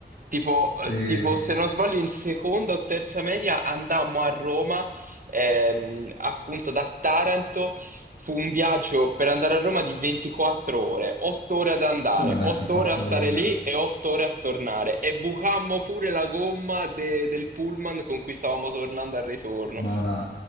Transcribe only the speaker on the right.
Tipo,
eh, tipo, se non sbaglio, in seconda o terza media andammo a Roma. ehm, appunto da Taranto. Fu un viaggio per andare a Roma di 24 ore, 8 ore ad andare,
8 ore a stare
lì e 8 ore a tornare. E bucammo pure la gomma de- del pullman con cui stavamo tornando al ritorno.